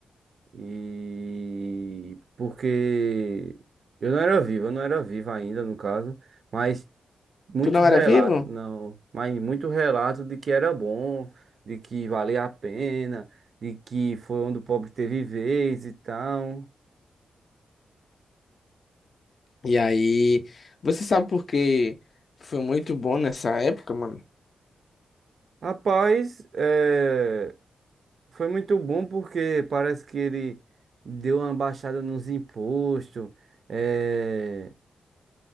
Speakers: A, on the right; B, on the left.
A: E porque eu não era vivo, eu não era vivo ainda, no caso, mas muitos
B: Tu não era
A: relatos,
B: vivo?
A: não, mas muito relato de que era bom, de que valia a pena, de que foi onde o pobre teve vez e tal.
B: E aí, você sabe por que foi muito bom nessa época, mano?
A: Rapaz, é, foi muito bom porque parece que ele deu uma baixada nos impostos, é,